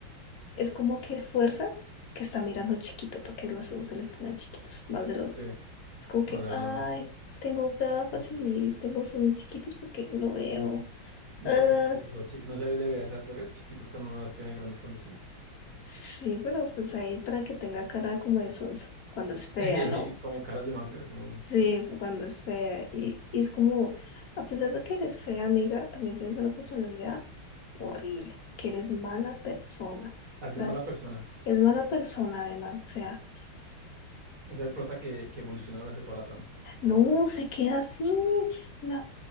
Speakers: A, on the left; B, on the right.
A: es como que fuerza que está mirando chiquito para que los ojos se les pongan chiquitos, más de los
B: Sí,
A: Es como que,
B: no, no,
A: ay,
B: no, no.
A: tengo gafas y tengo ojos muy chiquitos porque no veo.
B: ¿Y
A: Ah,
B: por qué pues, los dos chi- no se debería ser al revés? Chiquitos cuando no las tiene, grandes cuando sí.
A: sí, pero pues ahí para que tenga cara como de sonsa, cuando es fea,
B: <laughs>
A: ¿no?
B: Como caras de manga. como-
A: Sí, cuando es fea. Y, y es como, a pesar de que eres fea, amiga, también tienes una personalidad horrible, que eres mala persona.
B: Así
A: Tra-
B: es mala persona.
A: es mala persona además, o sea,
B: O sea, el prota que, que evoluciona durante toda la trama,
A: No,
B: como tal.
A: se queda así, la-